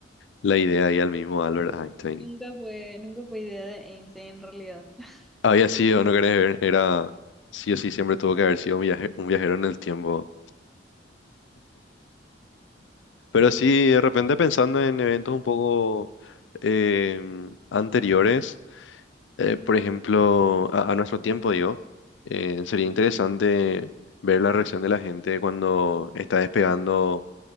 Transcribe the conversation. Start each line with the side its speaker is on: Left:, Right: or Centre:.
Left: la idea y al mismo Albert Einstein.
Centre: Nunca fue, nunca fue idea de Einstein en realidad. <laughs>
Left: Había sido, no querés ver, era sí o sí siempre tuvo que haber sido un viaje- un viajero en el tiempo. Pero sí, de repente pensando en eventos un poco em, anteriores, eh, por ejemplo, a, a nuestro tiempo, digo, eh, sería interesante ver la reacción de la gente cuando está despegando